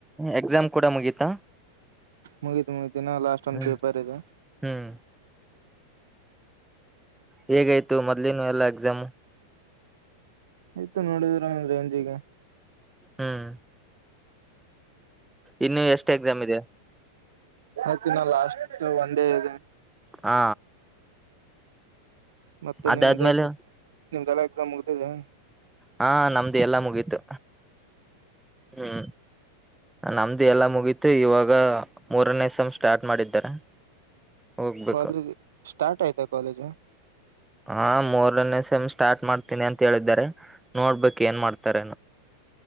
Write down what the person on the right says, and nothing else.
ಮುಗಿದು ಮುಗಿದ್ದಿನ ಲಾಸ್ಟ್ ಒಂದ
ಪೇಪರ್ ಇದುದ
ಆಯ್ತ್ ನೋಡಿದೀರ ರೇಂಜಿಗೆ
ಆಯ್ತಿನ ಲಾಸ್ಟ್ ಒಂದ ಇದೆ
ಮತ್ತೆ
ನಿಮ್ದ ಎ ನಿಮ್ದಲ್ಲ ಎಕ್ಸಾಮ್ ಮುಗ್ದಿದೆ
ಕಾಲೇಜ್ ಸ್ಟಾರ್ಟ್ ಆಯ್ತಾ ಕಾಲೇಜ್